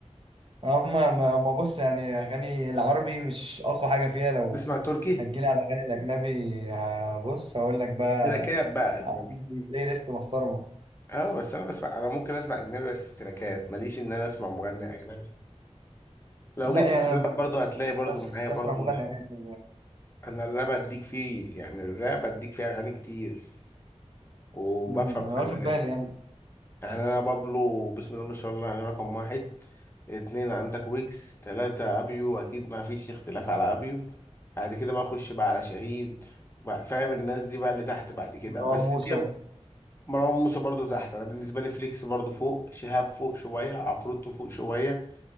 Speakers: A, on the right (about 50°); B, on the left (about 20°).
A: اما ما ما بص يعني اغاني العربي مش اقوى حاجه فيها لو
B: تسمع تركي
A: هتجيلي على الاغاني الاجنبي آه، بص هقول لك بقى
B: تراكات بقى أجنبي
A: عندي بلاي ليست محترمه
B: اه بس انا بسمع انا ممكن اسمع اجنبي بس تراكات ماليش ان انا اسمع مغني اجنبي لو
A: لا
B: جيت
A: يعني
B: لي في الراب
A: أنا
B: برضه هتلاقي
A: ب-
B: برضه
A: بس
B: معايا
A: بسمع
B: برضه
A: مغني اغاني يعني.
B: انا الراب اديك فيه يعني الراب اديك فيه اغاني كتير وبفهم
A: أمم،
B: في
A: انا واخد
B: الراب
A: بالي يعني
B: يعني انا بابلو بسم الله ما شاء الله يعني رقم واحد اتنين عندك ويجز تلاتة ابيو اكيد ما فيش اختلاف على ابيو بعد كده بقى اخش بقى على شاهين بقى فاهم الناس دي بقى اللي تحت بعد كده
A: مروان
B: بس
A: موسى
B: في مروان موسى برضو تحت انا بالنسبة لي فليكس برضو فوق شهاب فوق شوية عفروتو فوق شوية